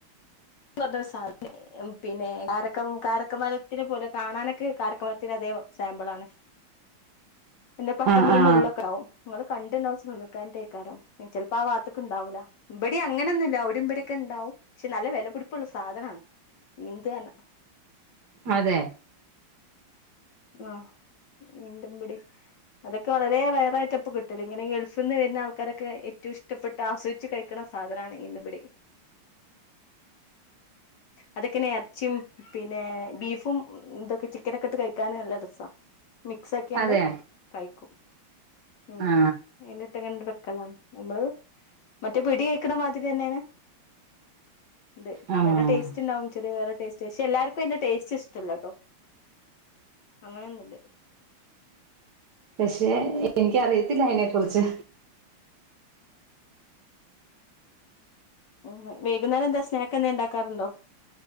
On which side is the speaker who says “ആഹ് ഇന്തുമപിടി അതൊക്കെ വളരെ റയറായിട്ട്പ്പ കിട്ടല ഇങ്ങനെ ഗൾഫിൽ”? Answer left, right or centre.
Left